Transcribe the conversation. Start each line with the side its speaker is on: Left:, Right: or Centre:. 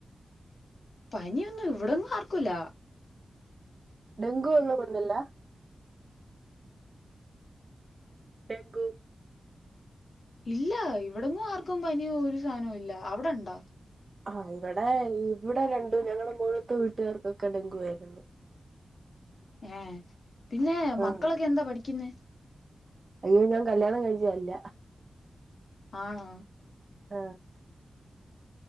Left: പനിയൊന്നും ഇവിടൊന്നും ആർക്കുല്ല
Right: ഡെങ്കു ഒന്നും ബട്ന്ന്ല്ല ഡെങ്കു
Left: ഇല്ല ഇവിടൊന്നും ആർക്കും പനിയോ ഒരു സാധനോ ഇല്ല അവിടെണ്ടാ
Right: ആ ഇവടെ ഇവിടെ രണ്ടു ഞങ്ങളുടെ മുകള്ത്തെ വീട്ടുകാർക്കൊക്കെ ഡെങ്കുവായ്ര്ന്ന്
Left: ഏ പിന്നെ മക്കളൊക്കെ
Right: ആഹ്
Left: എന്താ പഠിക്കുന്നെ
Right: അയ്യോ ഞാൻ കല്യാണം കഴിച്ചെ അല്ല
Left: ആണോ
Right: ആ